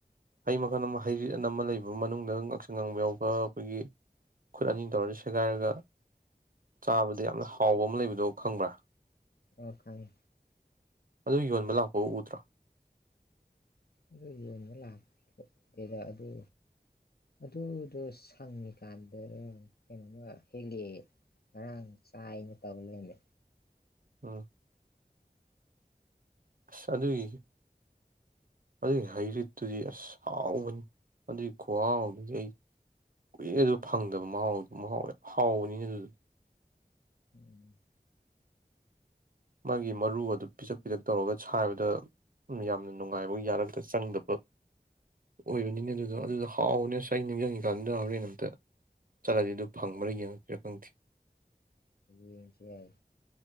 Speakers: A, on the right; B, on the left.
A: ꯍꯩ ꯃꯈꯜ ꯑꯃ ꯍꯩꯔꯤꯠ ꯑꯅ ꯑꯃ ꯂꯩꯕ ꯃꯅꯨꯡꯗ ꯉꯥꯡꯁꯪ ꯉꯥꯡꯕ ꯌꯥꯎꯕ ꯑꯩꯈꯣꯏꯒꯤ ꯈꯨꯠ ꯑꯅꯤ ꯇꯧꯔꯒ ꯁꯦꯒꯥꯏꯔꯒ ꯆꯥꯕꯗ ꯌꯥꯝꯅ ꯍꯥꯎꯕ ꯂꯩꯕꯗꯣ ꯈꯪꯕ꯭ꯔꯥ
B: ꯑꯣ ꯈꯪꯉꯦ
A: ꯑꯗꯨ ꯌꯣꯟꯕ ꯂꯥꯛꯄ ꯎꯗ꯭ꯔꯣ
B: ꯑꯗꯨ ꯌꯣꯟꯕ ꯂꯥꯛꯄ ꯎꯗꯦꯗ ꯑꯗꯨ ꯑꯗꯨꯗꯣ ꯁꯪꯉꯤꯀꯥꯟꯗꯔ ꯀꯩꯅꯣꯃ ꯍꯦꯛꯂꯛꯑꯦ ꯉꯔꯥꯡ ꯆꯥꯏꯅ ꯇꯧ ꯂꯩꯔꯃꯦ
A: ꯎꯝ ꯑꯁ ꯑꯗꯨꯒꯤ ꯑꯗꯨꯒꯤ ꯍꯩꯔꯤꯠꯇꯨꯗꯤ ꯑꯁ ꯍꯥꯎꯕꯅꯤ ꯑꯗꯨꯒꯤ ꯈꯨꯍꯥꯎꯗꯨꯗꯤ ꯑꯩ ꯀꯨꯏꯔꯦ ꯑꯗꯨ ꯐꯪꯗꯕ ꯃꯍꯥꯎꯗꯣ ꯃꯍꯥꯎ ꯌꯥꯝ ꯍꯥꯎꯕꯅꯤ ꯑꯗꯨꯗꯣ
B: ꯎꯝ
A: ꯃꯥꯒꯤ ꯃꯔꯨꯒꯗꯨ ꯄꯤꯛꯁꯛ ꯄꯤꯛꯁꯛ ꯇꯧꯔꯒ ꯁꯥꯏꯕꯗ ꯌꯥꯝꯅ ꯅꯨꯡꯉꯥꯏꯕ ꯌꯥꯔꯛꯇ ꯆꯪꯗꯕ ꯑꯣꯏꯕꯅꯤꯅꯦ ꯑꯗꯨꯗꯣ ꯑꯗꯨꯗꯣ ꯍꯥꯎꯕꯅꯦ ꯑꯁ ꯑꯩ ꯅꯤꯡꯁꯤꯡꯉꯤ ꯀꯥꯟꯗ ꯍꯣꯔꯦꯟ ꯑꯝꯇ ꯆꯠꯂꯗꯤ ꯑꯗꯨ ꯐꯪꯕ꯭ꯔ ꯌꯦꯡꯉꯛꯁꯤꯔꯥ ꯈꯪꯗꯦ
B: ꯌꯦꯡꯁꯦ ꯌꯥꯏꯌꯦ